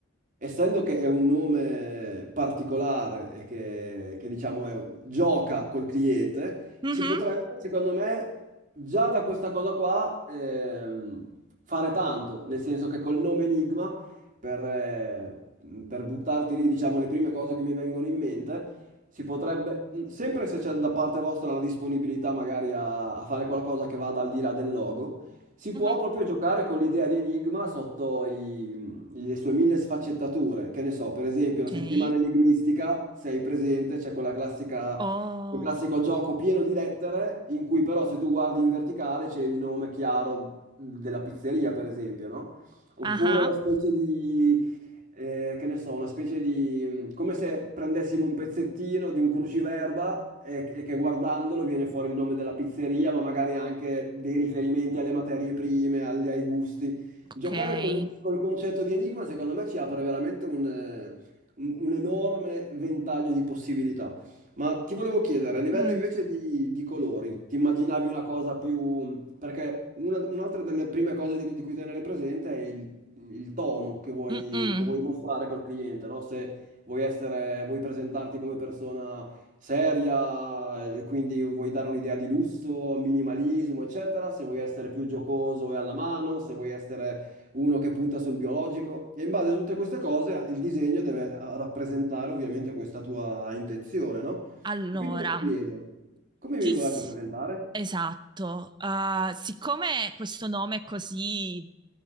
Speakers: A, on the right (about 40°); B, on the right (about 20°).
A: essendo che è un nome particolare e che, che, diciamo è- gioca col cliente,
B: mhm,
A: si potrebbe, secondo me, già da questa cosa qua ehm, fare tanto, nel senso che col nome Enigma, per, eh, per buttarti lì, diciamo, le prime cose che mi vengono in mente, si potrebbe, mh, sempre se c'è da parte vostra la disponibilità magari a, a fare qualcosa che vada al di là del logo, si
B: mhm.
A: può proprio giocare con l'idea di Enigma sotto i le sue mille sfaccettature. Che ne so, per esempio, la
B: Ok.
A: settimana enigmistica, se hai presente, c'è quella classica,
B: Oh,
A: quel classico gioco pieno di lettere, in cui però se tu guardi in verticale c'è il nome chiaro della pizzeria, per esempio, no? Oppure
B: ah,
A: una specie di eh, che ne so, una specie di... mm, come se prendessimo un pezzettino di un cruciverba e, e che guardandolo viene fuori il nome della pizzeria, ma magari anche dei riferimenti alle materie prime, alle- ai gusti.
B: ok.
A: Giocare col, col concetto di enigma, secondo me, ci apre veramente un, eh, un- un enorme ventaglio di possibilità. Ma ti volevo chiedere, a livello
B: Mm,
A: invece di, di colori, ti immaginavi una cosa più... Perché una- un'altra delle prime cose di, di cui tenere presente è il il tono che vuoi,
B: mm, mm.
A: che vuoi mostrare col cliente, no? Se vuoi essere, vuoi presentarti come persona seria, e quindi vuoi dare un'idea di lusso, minimalismo, eccetera, se vuoi essere più giocoso e alla mano, se vuoi essere uno che punta sul biologico. E in base a tutte queste cose il disegno deve eh, rappresentare ovviamente questa tua intenzione, no?
B: Allora,
A: Quindi mi chiedo, come
B: ti
A: vi volete
B: s-
A: presentare?
B: esatto, Ah, siccome questo nome è così